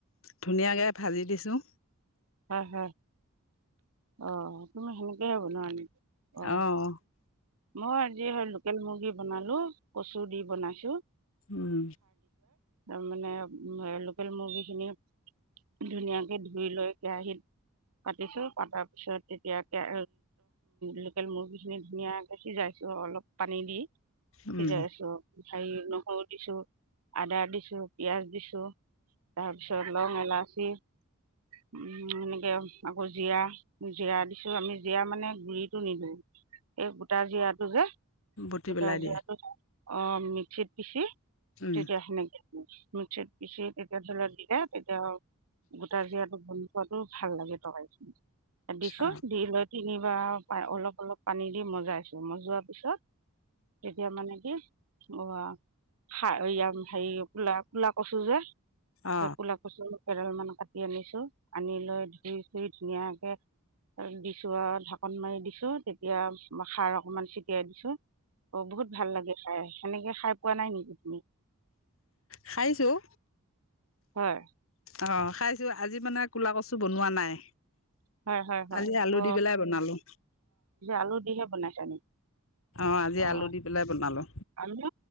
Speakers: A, on the left (about 65°); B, on the right (about 80°).
A: ধুনীয়াকৈ ভাজি দিছোঁ
B: হ অ তুমি সেনেকে বনোৱা নেকি অ
A: অহ
B: মই আজি হয় লোকেল মুৰ্গী বনালো কচু দি বনাইছো
A: উম
B: তাৰ মানে লোকেল মুৰ্গী খিনি ধুনীয়াকে ধুই লৈ আহিল পাতিছো পাতাৰ পিছত তেতিয়া কে লোকেল মুৰ্গী খিনি ধুনীয়াকে সিজাইছো অলপ পানী দি সিজাই
A: উম
B: আছো হেৰি নহৰু দিছো আদা দিছো পিয়াজ দিছো তাৰপিছত লং এলাচি সেনেকে আকৌ জিৰা জিৰা দিছো আমি জিৰা মানে গুৰিটো নিদিওঁ এই গোটা জীৰাটো যে
A: বটি
B: গোটা
A: পেলাই দিয়ে
B: জিৰাটো অ মিক্সিত পিচি
A: উম
B: তেতিয়া সেনেকে মিক্সিত পিচি তেতিয়া ধৰি লয় দিলে তেতিয়া গোটা জিৰাটো ভাল লাগে তকাৰিখিনি দিছো
A: অ
B: দি লৈ তিনিবাৰ অলপ অলপ পানী দি মজাইছো মজোৱাৰ পিছত এতিয়া মানে কি অ হেৰি কুলা কুলা কছো যে
A: অ
B: কুলা কচু কেডাল মান কাটি আনিছো আনি লৈ ধুই ধুই ধুনীয়াকে দিছো আৰু ঢাকন মাৰি দিছো তেতিয়া খাৰ অকনমান ছিটিয়াই দিছো অ বহুত ভাল লাগে খাই সেনেকে খাই পোৱা নাই নেকি তুমি
A: খাইছোঁ
B: হয়
A: অ খাইছো আজি মানে কুলা কচু বনোৱা নাই
B: হয় হয় হয়
A: আজি আলু
B: অ
A: দি পেলাই বনালো।
B: আলু দিহে বনাইছা নেকি
A: অ আজি
B: অঁ
A: আলু দি পেলাই বনালো
B: আলু